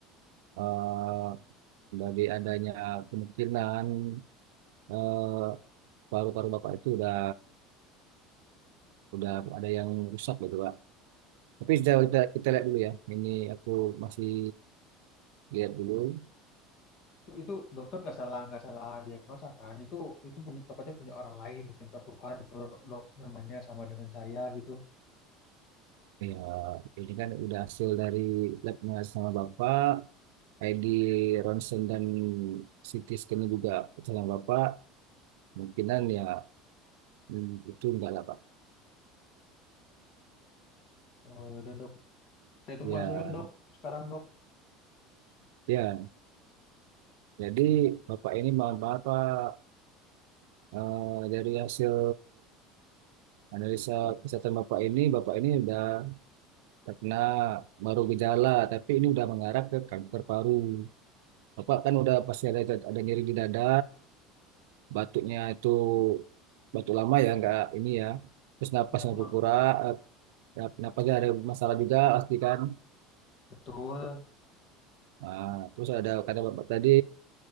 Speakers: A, on the right; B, on the left.
A: eh dari adanya kemungkinan eh, paru-paru bapak itu udah udah ada yang rusak gitu pak. Tapi sudah kita, kita lihat dulu ya. Ini aku masih lihat dulu.
B: Itu itu dokter nggak salah nggak salah diagnosa kan? Itu itu punya tokonya punya orang lain gitu yang tertukar gitu dok namanya sama dengan saya gitu.
A: Ya ini kan udah hasil dari labnya sama bapak, ID ronsen dan CT scan juga sama bapak. Mungkinan ya hmm, itu enggak lah pak.
B: Oh yaudah dok, saya tunggu
A: Ya
B: hasilnya dok. Sekarang dok,
A: ya. Jadi bapak ini mohon maaf pak Eh, dari hasil analisa kesehatan bapak ini, bapak ini udah terkena baru gejala, tapi ini udah mengarah ke kanker paru. Bapak kan udah pasti ada ada nyeri di dada, batuknya itu batuk lama ya, nggak ini ya. Terus napasnya
B: ya pulang.
A: berkurang, eh, napasnya ada masalah juga pasti kan.
B: Betul.
A: Nah, terus ada kata bapak tadi